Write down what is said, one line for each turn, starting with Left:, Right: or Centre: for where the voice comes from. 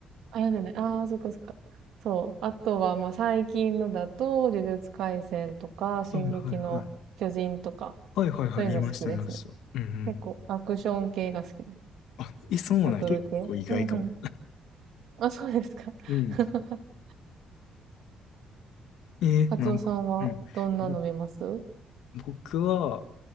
Right: 読んでない。ああ、そっかそっか。そう。あとは、まあ、最近のだと、呪術廻戦とか、進撃の巨人とか、
Left: はいはいはい。はいはいはい、
Right: そういうの好きですね。
Left: 見ました見ました。うんうん。
Right: 結構、アクション系が好きです。
Left: あ、え、そうなんや、
Right: バトル系。
Left: 結構意外かも。
Right: うんうん。あ、そうですか。
Left: うん。
Right: <laughs>
Left: え、
Right: カツオさんは、
Left: なんか、うん。
Right: どんなの見ます
Left: ぼ僕は